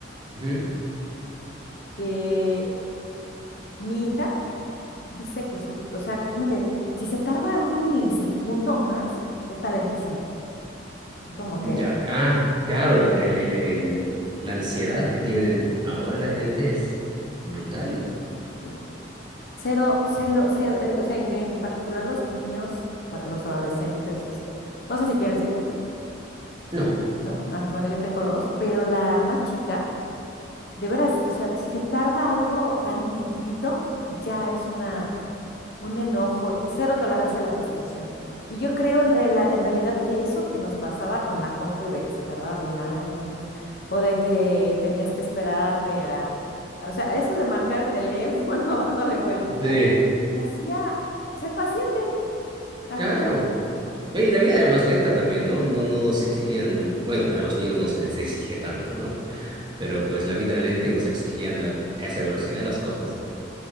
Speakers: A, on the right; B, on the left.
A: Ujú,
B: Que mi hija Dice que su, o sea, ¿cómo te diré? Si se tarda un milisegundo o más, ya está lentísimo. Así como que,
A: Ya. Ah, claro, la- el, el- el- la ansiedad que tienen ahora la gente es brutal.
B: sí. Cero, cero, cero, eh, o sea, en, en particular los niños, a- los adolescentes, este, no sé si tienes hijos,
A: No.
B: no, ay, bueno, yo tengo dos, pero la más chica, de veras, o sea, si se tarda algo tan tititito, ya es una un enojo, cero tolerancia a la frustración. Y yo creo en, rela- en realidad que eso que nos pasaba con la compu de que se tardaba mil años o de que tenías que esperarte a, a- o sea, eso de marcar el teléfono <laughs> dándole vueltitas,
A: Sí,
B: te hacía ser paciente a
A: claro.
B: fuerzas.
A: Oye, Y la vida era más lenta también, ¿no? No, no nos exigían, bueno, a los niños no se les exige tanto, ¿no? Pero pues la vida era lenta y nos exigían la- a esa velocidad las cosas.